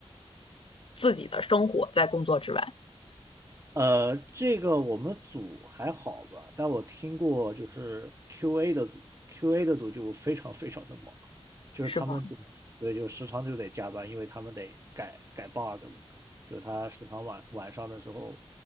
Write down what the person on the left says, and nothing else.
自己的生活在工作之外，
是吧？